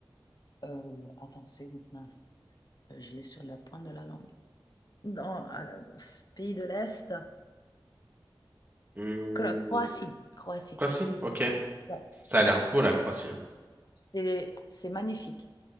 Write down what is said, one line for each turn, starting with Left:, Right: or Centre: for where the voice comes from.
Left: euh, attends, c'est où? Mince, Euh, je l'ai sur la pointe de la langue. Dans à la- pays de l'Est,
Right: Hmm,
Left: Cro- Croatie. Croatie.
Right: Quoi si? Ok.
Left: Ouais.
Right: Ça a l'air beau la Croatie. hein.
Left: C'est c'est magnifique.